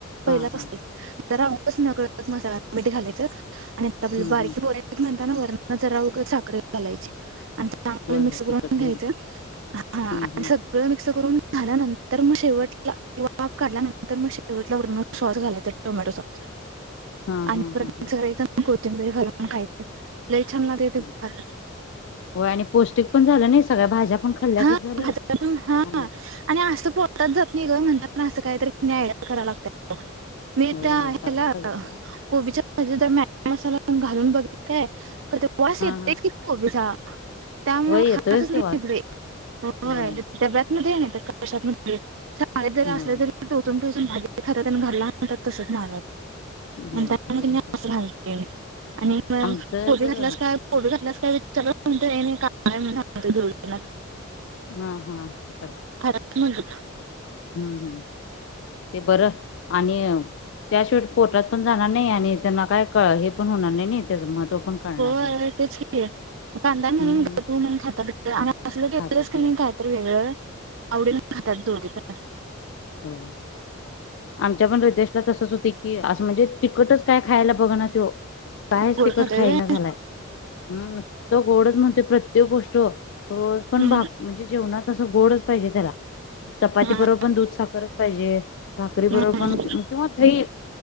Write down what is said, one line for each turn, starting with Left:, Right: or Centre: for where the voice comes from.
Right: पहिलाच
Left: हा हा
Right: असते जरा उगच नकळत मसाला मीठ घालायच. आणि आपल्याला
Left: हम्म
Right: बारकी
Left: हम्म
Right: पोर हाईत म्हणताना वरण जरा साखर घालायची. चांगलं
Left: होय होय
Right: मिक्स करून
Left: तिखट
Right: घ्यायचं.
Left: होऊन
Right: हा आणि
Left: हम्म हम्म
Right: सगळं मिक्स करून झाल्यानंतर मग शेवट वाफ काढल्यानंतर मग शेवटला. वरन सॉस घालायचा. Tomato sauce.
Left: हा
Right: आणि
Left: हा
Right: परत
Left: हा हा
Right: सगळीकडे कोथिंबीर घालून खायच. लई छान होतोय तो
Left: हम्म.
Right: भात.
Left: होय आणि पौष्टिक पण झालं नाही सगळ्या भाज्या पण खाल्ल्यागत
Right: हा.
Left: झालं
Right: हा
Left: आणि
Right: आणि आजत पोलतात ज <unintelligible> नाही ग. म्हणताना असं कायतरी आयड कराय लागत्या बघ. मी
Left: होय
Right: त्या
Left: होय
Right: ह्याला
Left: करायला पाहिजे सोडा
Right: कोबीच्या भाजी तर. मॅग मसाला घालून बघिल काय. पण तो वास
Left: हा
Right: येतोय
Left: हा
Right: की कोबीचा. त्यामुळे
Left: होय
Right: खातच
Left: येतोयच
Right: नाहीत
Left: तो वास
Right: ती. होय-होय
Left: होय
Right: डब्यातन दे कश्यातन दे. शाळेत जरी
Left: होय
Right: असले. तरी टोचून-टोचून भाजी खातात आणि घरला आणतात, तसच माग.
Left: होय
Right: म्हणताना
Left: तसच
Right: कणी
Left: होते
Right: अस घालतोय मी. आणि मग
Left: आमचं
Right: कोबी
Left: तर
Right: घातल्यास काय. कोबी घातल्यास काय विचारल्या वर. नाही-नाही घातला नाही म्हणून सांगतोय दोघाना.
Left: हा. हा.
Right: खरच म्हणलं.
Left: हम. हम. ते बरं आणि त्याशिवाटी पोटात पण जाणार नाही. आणि त्यांना काय हे पण होणार नाही. नाही त्याचं महत्त्व. पण कळणार
Right: हो
Left: नाही
Right: तेच कि. कांदा हाय म्हणून.
Left: हम्म
Right: म्हणून खातात ग. आणि असलं घातलस
Left: खात्यात
Right: कणी
Left: होय
Right: काय तर वेगळं. आवडीन खातात दोघे जण
Left: हो. आमच्या पण रीतेशला तसंच होतय की असं म्हणजे तिकटच काय खायला बघ ना त्यो. कायच
Right: गोड
Left: तिकट
Right: खातोय
Left: खाईना
Right: व्हय
Left: झालाय हम् फक्त गोडच म्हणतोय प्रत्येक गोष्ट, रोज पण
Right: हम्म
Left: भा-म्हणजे जेवततना तस गोडच पाहिजे त्याला, चपाती
Right: हा
Left: बरोबर पण दूध, साखरच पाहिजे. भाकरी
Right: हम्म
Left: बरोबर पण किंवा दही